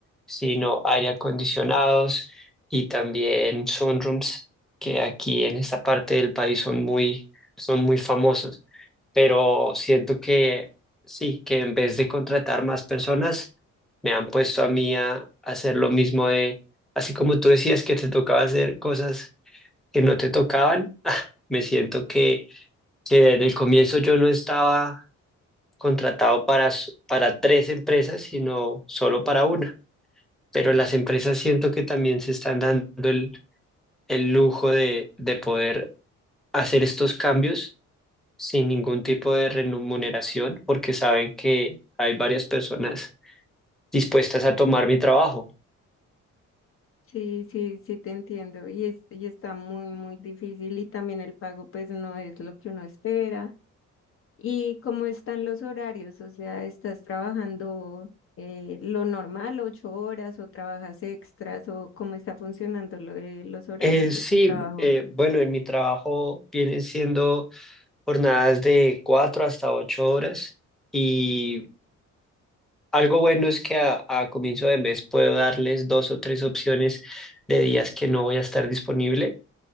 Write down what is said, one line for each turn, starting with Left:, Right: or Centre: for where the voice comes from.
Centre: sino aire acondicionados y también sunrooms, que aquí en esta parte del país son muy, son muy famosos. Pero siento que sí, que en vez de contratar más personas, me han puesto a mí a hacer lo mismo de, así como tú decías que te tocaba hacer cosas que no te tocaban, <laughs> me siento que Sí, en el comienzo yo no estaba contratado para, s- para tres empresas, sino solo para una. Pero las empresas siento que también se están dando el, el lujo de, de poder hacer estos cambios sin ningún tipo de remuneración, porque saben que hay varias personas dispuestas a tomar mi trabajo.
Left: Sí, sí, sí te entiendo. Y es, y está muy, muy difícil. Y también el pago, pues, no es lo que uno espera. ¿Y cómo están los horarios? O sea, ¿estás trabajando eh, lo normal, ocho horas, o trabajas extras, o cómo está funcionando lo de los horarios
Centre: Eh, sí,
Left: de tu trabajo?
Centre: eh, bueno, en mi trabajo vienen siendo jornadas de cuatro hasta ocho horas. y Algo bueno es que a, a comienzo de mes puedo darles dos o tres opciones de días que no voy a estar disponible.